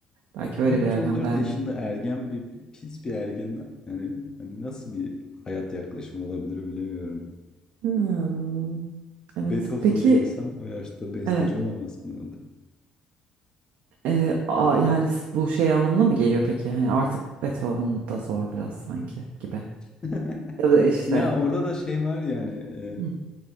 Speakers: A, on the right; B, on the left.
A: Belki
B: 13-14
A: öyle bir yerden beğenmiyor.
B: yaşında ergen bir bir- pis bir ergen yani, hani nasıl bir hayat yaklaşımı olabilir bilemiyorum.
A: Hmm, evet.
B: Beethoven
A: Peki
B: değilsen o yaşta besteci
A: evet.
B: olamazsın herhalde.
A: Ee, a- yani s- bu şey anlamına mı geliyor peki? Hani artık Beethoven da zor biraz sanki gibi.
B: <laughs>
A: Ya da işte.
B: Ya orada da şey var yani e,
A: Hı,